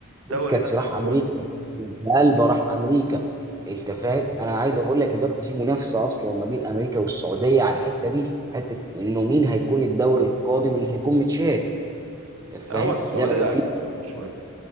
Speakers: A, on the right; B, on the right.
A: بوسكاتس
B: دوري مثلا
A: راح
B: السعودي
A: امريكا البا راح امريكا انت فاهم انا عايز اقول لك ان دلوقتي في منافسه اصلا ما بين امريكا والسعوديه على الحته دي حته انه مين هيكون الدوري القادم اللي هيكون متشاف انت فاهم
B: لا، هو السعودية
A: زي ما كان في
B: أكيد برضو شوية